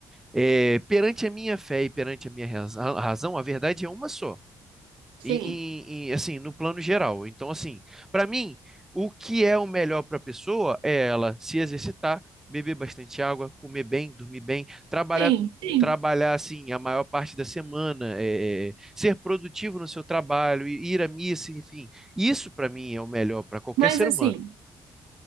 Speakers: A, in the centre; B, on the right (about 80°).
A: É, perante a minha fé e perante a minha razão, a verdade é uma só
B: sim,
A: em, em- em, assim, no plano geral. Então, assim, para mim, o que é o melhor para a pessoa é ela se exercitar, beber bastante água, comer bem, dormir bem, trabalhar,
B: sim, sim.
A: trabalhar assim a maior parte da semana, é, é, ser produtivo no seu trabalho, i- ir à missa, enfim. Isso para mim é o melhor para qualquer
B: Mas
A: ser
B: assim,
A: humano.